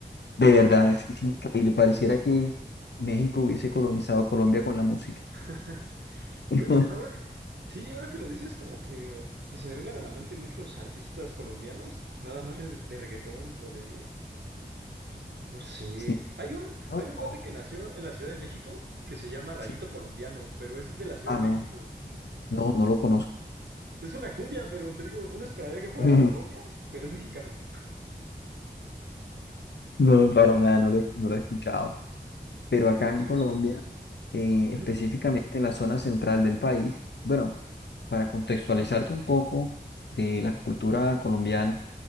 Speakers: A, on the left; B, on the right.
A: De verdad, es, es increíble. Pareciera que México hubiese colonizado Colombia con la música.
B: <laughs>
A: <laughs>
B: Güey, ahora que, sí, ahora que lo dices, como que, que se me vengan a la mente muchos artistas colombianos, nada más re- de reggaetón o de, no sé.
A: Sí.
B: Hay un,
A: No,
B: hay un
A: no.
B: cuate que nació en la Ciudad de México que se llama Rayito
A: sí.
B: Colombiano, pero es de la Ciudad
A: Ah,
B: de
A: no.
B: México.
A: No, no lo conozco.
B: Es una cumbia, pero te digo, uno esperaría que fuera
A: <laughs>
B: de Colombia, pero es mexicano.
A: No, para nada, no lo, no lo he escuchado. pero acá
B: Gracioso.
A: en Colombia, eh,
B: Ujú,
A: específicamente en la zona central del país, bueno, para contextualizarte un poco de la cultura colombiana,